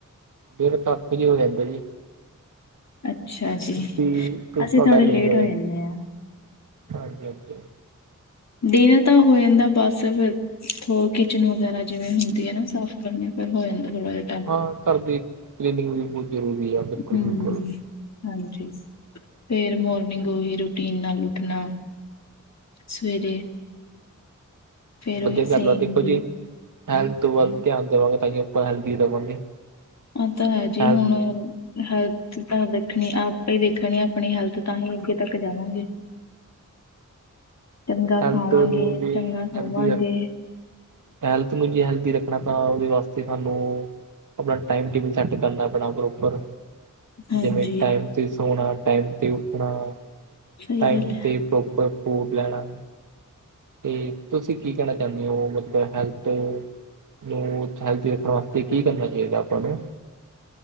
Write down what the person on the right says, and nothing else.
ਜੜ ਧਥ ਜੀ ਹੋ ਜਾਂਦੇ ਨੇ,
ਸੀ ਤੁਹਾਡਾ
ਲੇਟ ਹੋਇਆ।
ਹਾਂਜੀ, ਹਾਂਜੀ,
ਹਾਂ। ਘਰ ਦੀ ਕਲੀਨਿੰਗ ਵੀ ਬਹੁਤ ਜ਼ਰੂਰੀ ਆ। ਬਿਲਕੁਲ
ਬਿਲਕੁਲ
ਵਧੀਆ
ਗੱਲ
ਆ ਦੇਖੋ
ਜੀ, ਹੈਲਥ ਵੱਲ ਧਿਆਨ ਦੇਵਾਂਗੇ, ਤਾਂ ਕਿ ਆਪਾਂ ਹੈਲਦੀ ਰਵਾਂਗੇ।
ਹੈਲਥ
ਹੈਲਥ
ਮੂ ਨਹੀ,
ਹੈਲਥੀ ਹੈ ਹੈਲਥ ਨੂੰ ਜੇ ਹੈਲਦੀ ਰੱਖਣਾ, ਤਾਂ ਉਹਦੇ ਵਾਸਤੇ ਸਾਨੂੰ ਆਪਣਾ ਟਾਈਮ ਟੈਬਲ ਸੈੱਟ ਕਰ ਲੈ, ਬੜਾ ਪ੍ਰੋਪਰ,
ਜਿਵੇਂ ਟਾਈਮ ਤੇ ਸੋਣਾ, ਟਾਈਮ ਤੇ ਉੱਠਣਾ
ਟਾਈਮ
ਤੇ, ਪ੍ਰੋਪਰ ਫੂਡ ਲੈਣਾ। ਤੇ ਤੁਸੀਂ ਕੀ ਕਹਿਣਾ ਚਾਹੁੰਦੇ ਹੋ, ਮਤਲਬ ਹੈਲਥ ਨੂੰ ਹੈਲਥ ਰੱਖਣ ਵਾਸਤੇ। ਤੇ ਕੀ ਕਰਨਾ ਚਾਹੀਦਾ ਆਪਾਂ ਨੂੰ